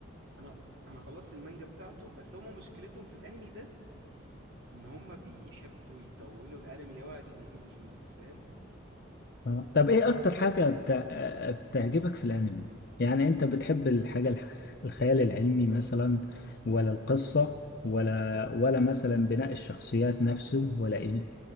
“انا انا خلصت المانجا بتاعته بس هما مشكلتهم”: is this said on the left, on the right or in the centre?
Right